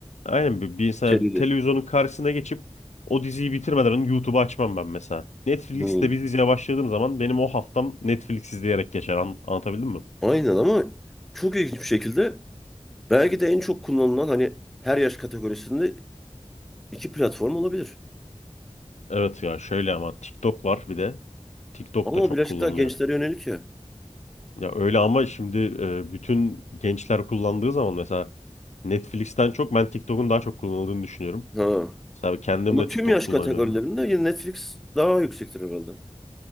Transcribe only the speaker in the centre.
Serili.
Hı.
Aynen ama çok ilginç bir şekilde belki de en çok kullanılan hani her yaş kategorisinde iki platform olabilir.
Ama
o birazcık
daha gençlere yönelik ya.
Ha.
Ama
tüm
yaş
kategorilerinde yine Netflix daha yüksektir herhalde.